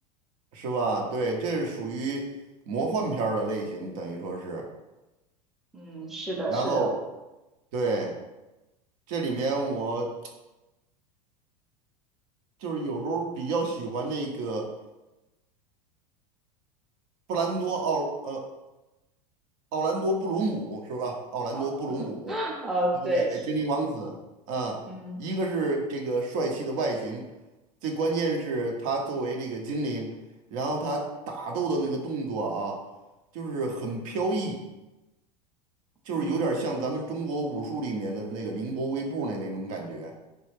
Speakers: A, on the right; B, in the centre.
A: 是吧？对，这是属于魔幻片儿的类型，等于说是。
B: 嗯，是的，
A: 然后
B: 是的，
A: 对，这里面我就是有时候比较喜欢那个布兰多奥呃奥兰多布鲁姆是吧？奥兰多布鲁姆，
B: 啊，呃，
A: 对，
B: 对，是，
A: 精灵王子啊，
B: 嗯，
A: 一个是这个帅气的外形，最关键是他作为这个精灵，然后他打斗的那个动作啊，就是很飘逸，就是有点像咱们中国武术里面的那个凌波微步的那种感觉。
B: 嗯